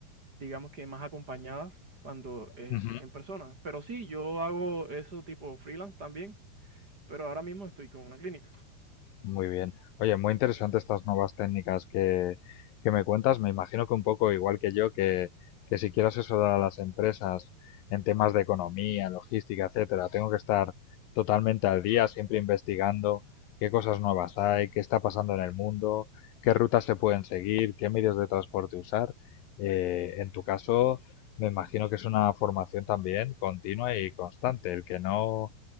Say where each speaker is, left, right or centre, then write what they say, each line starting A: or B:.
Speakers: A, on the right; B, on the left.
A: digamos que más acompañadas cuando es
B: Ujú.
A: en persona. Pero sí, yo hago eso tipo freelance también, pero ahora mismo estoy con una clínica.
B: Muy bien. Oye, muy interesante estas nuevas técnicas que, que me cuentas. Me imagino que un poco igual que yo, que, que si quiero asesorar a las empresas en temas de economía, logística, etcétera, tengo que estar totalmente al día, siempre investigando qué cosas nuevas hay, qué está pasando en el mundo, qué rutas se pueden seguir, qué medios de transporte usar. Eh, en tu caso, me imagino que es una formación también continua y constante. El que no